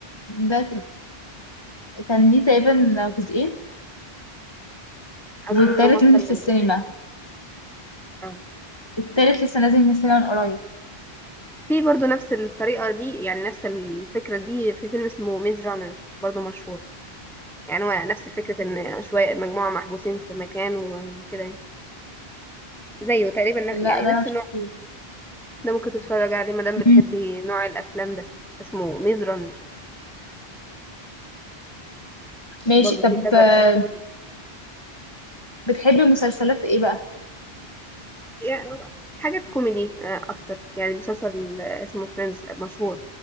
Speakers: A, on the left; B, in the centre.
A: ده كان ليه تقريبا جزئين
B: اظن
A: والتالت
B: انهم اكتر
A: نزل
B: من
A: في السينما
B: جزئين اه
A: التالت لسه نازل من السينما من قريب
B: في برضه نفس الطريقه دي يعني نفس الفكره دي في فيلم اسمه ميز رانر برضه مشهور يعني هو نفس فكره ان شويه مجموعه محبوسين في مكان وكده يعني. زيه تقريبا نف-
A: لا
B: يعني
A: ده
B: نفس
A: انا شفته
B: النوع ده ممكن تتفرج عليه ما دام بتحبي
A: مم.
B: نوع الافلام ده اسمه ميز رانر
A: ماشي
B: برضه
A: طب
B: في كذا
A: آه،
B: كذا
A: بتحبي مسلسلات ايه بقى
B: يعني حاجة كوميدي آه، أكتر يعني مسلسل آه، اسمه فريندز مشهور